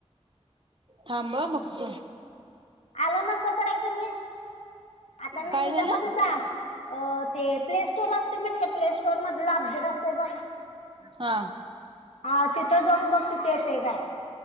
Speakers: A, on the right; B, on the left.
A: थांब हं बघत
B: आलं नसलं तर हाय क नाई आता ना
A: काय
B: हिच्यामध्ये
A: झालं
B: जा अ ते प्ले स्टोर अस ते म त्याज प्ले स्टोअर मधला अपडेट असते बघ.
A: हा
B: हा तिथं जाऊन बघ तिथे येतय काय.